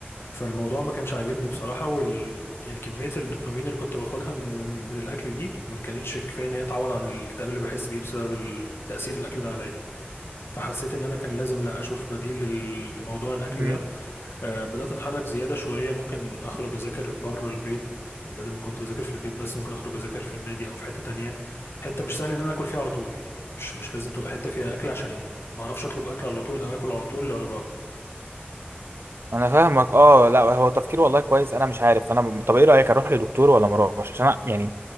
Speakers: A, on the left; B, on the right.
A: فالموضوع ما كانش عاجبني بصراحة وال... يعني كمية الدوبامين اللي كنت باخدها من من الأكل دي ما كانتش كفاية إن هي تعوض عن الاكتئاب اللي بحس بيه بسبب ال- تأثير الأكل ده عليا فحسيت إن أنا كان لازم لا أشوف بديل لل- لموضوع الأكل
B: مم.
A: ده آه بدأت أتحرك زيادة شوية ممكن أخرج أذاكر بره البيت بدل ما كنت بذاكر في البيت بس ممكن أخرج أذاكر في النادي أو في حتة تانية حتة مش سهل إن أنا آكل فيها على طول يعني مش مش لازم تبقى حتة فيها أكل عشان ما أعرفش أطلب أكل على طول أو آكل على طول لو أنا جوعت
B: انا فاهمك اه لا هو تفكير والله كويس انا مش عارف انا ب- طب ايه رايك اروح لدكتور ولا ما اروحش عشان أنا يعني